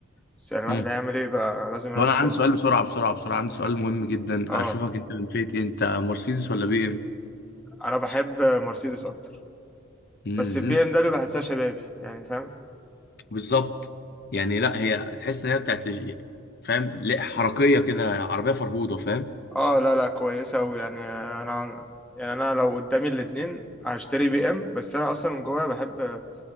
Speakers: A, in the centre; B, on the left.
A: بس يعني الواحد
B: مم.
A: هيعمل ايه بقى لازم يروح
B: طب انا
A: الشغل
B: عندي سؤال بسرعه بسرعه بسرعه عندي سؤال مهم جدا
A: اه
B: اشوفك انت من فئه ايه انت مرسيدس ولا بي ام
A: انا بحب مرسيدس اكتر
B: مم.
A: بس البي ام دبليو بحسها شبابي يعني فاهم
B: بالظبط يعني لا هي تحس ان هي بتاعت فاهم لا حركيه كده عربيه فرهوده فاهم
A: اه لا لا كويسة أوي يعني أنا يعني أنا لو قدامي الاتنين هشتري بي إم بس أنا أصلا من جوايا بحب